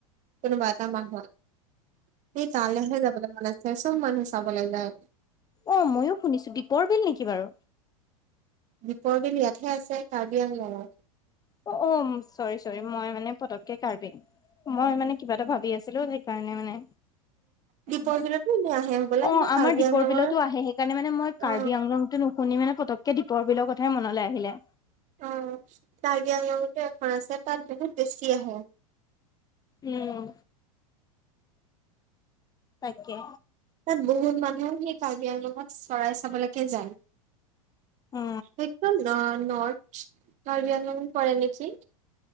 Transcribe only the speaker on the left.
অ ময়ো শুনিছো দীপৰ বিল নেকি বাৰু
অ অ চৰি চৰি মই মানে পতককে কাৰ্বি মই মানে কিবা এটা ভাবি আছিলো সেইকাৰণে মানে
অ
আমাৰ
দীপৰ
বিলতো আহে সেই কাৰণে মানে মই কাৰ্বি
আংলংতো নু শুনি মানে পতককে দীপৰ বিলৰ কথাই মনলে আহিলে
উম তাকে
অ